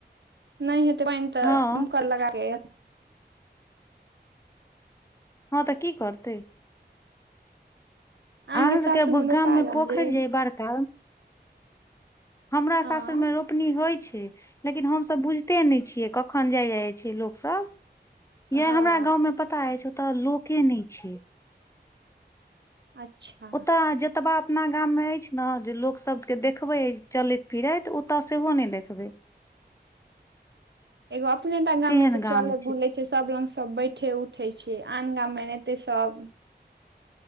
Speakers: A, on the right; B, on the left.
A: नहि हेतै पाइन तऽ
B: हँ
A: दमकल लगाके
B: हाॅं तऽ की करतै।
A: अहाँके
B: अहाँ सबके
A: सासुर रोपा
B: गाम मे
A: गेल
B: पोखरि
A: ये
B: जे अइ बड़ का हमरा
A: हँ
B: सासुर मे रो पनी होइ छै लेकिन हमसब बुझिते नहि छियै कखन जाय जाइ छै लोकसब।
A: हँ
B: यै हमरा गाँव में पता अछि ओत लोके नहि छै।
A: अच्छा
B: ओतऽ अहाँ जतबा अपना गाम मे अछि न जे लोक सबके देखबै चलैत फिरैत ओतऽ सेहो नहि देखबै। <inaudible>
A: एगो अपनेटा गाम
B: तेहन
A: मे तऽ
B: गाम
A: चलै बुलै छै सब लग सब बैठे उठै छियै आन गाम मे एनाहिते सब